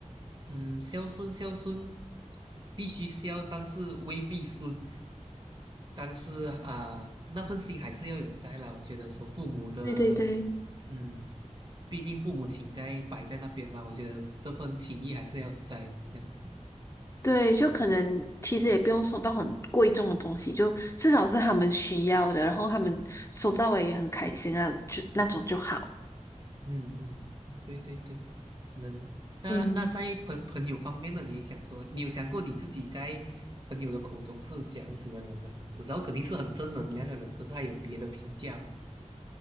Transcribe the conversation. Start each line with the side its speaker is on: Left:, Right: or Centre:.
Right: 嗯，孝顺孝顺，必须孝，但是未必顺。但是啊、那份心还是要有在啦。我觉得说父母的，
Left: 对对对
Right: 嗯，毕竟父母情在摆在那边嘛，我觉得这份情谊还是要有在的，这样子。
Left: 对，就可能其实也不用送到很贵重的东西，就至少是他们需要的，然后他们收到了也很开心啊，就那种就好。
Right: 嗯嗯，对对对，能。那那在朋朋友方面呢，
Left: 嗯。
Right: 你也想说，你有想过你自己在朋友的口中是怎样子的人吗？我知道肯定是很正能量的人，可是还有别的评价吗？